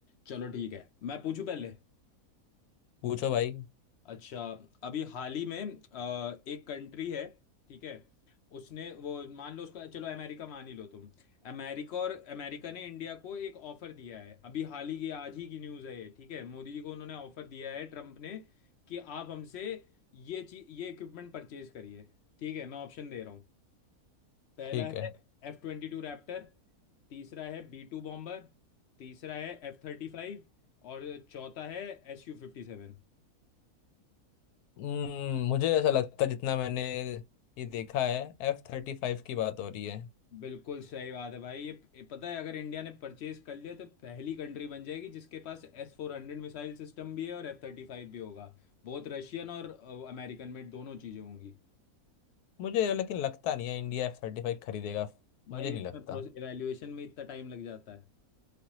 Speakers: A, on the left (about 60°); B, on the left (about 80°).
A: चलो ठीक है मैं पूछूं पहले
B: पूछो भाई
A: अच्छा अभी हाल ही में अ, एक कंट्री है ठीक है उसने वो मान लो उसको चलो अमेरिका मान ही लो तुम अमेरिका और अमेरिका ने इंडिया को एक ऑफर दिया है अभी हाल ही की आज ही की न्यूज़ है ये ठीक है मोदी जी को उन्होंने ऑफर दिया है ट्रम्प ने कि आप हमसे ये चीज ये इक्विपमेंट परचेज करिए ठीक है मैं ऑप्शन दे रहा हूँ पहला
B: ठीक है
A: है एफ ट्वेंटी टू रैप्टर तीसरा है बी टू बॉम्बर तीसरा है एफ थर्टी फाइव और चौथा है एस यू फिफ्टी सेवन
B: हम्म, मुझे ऐसा लगता है जितना मैंने ये देखा है एफ थर्टी फाइव की बात हो रही है
A: बिल्कुल सही बात है भाई ये ये पता है अगर इंडिया ने परचेज कर लिया तो पहली कंट्री बन जाएगी जिसके पास एस फोर हंड्रेड मिसाइल सिस्टम भी है और एफ थर्टी फाइव भी होगा बहुत रशियन और अमेरिकन मेड दोनों चीज़ें होंगी
B: मुझे लेकिन लगता नहीं है इंडिया एफ थर्टी फाइव खरीदेगा
A: भाई
B: मुझे नहीं
A: इसमें
B: लगता
A: प्रोसेस एवेल्युएशन में इतना टाइम लग जाता है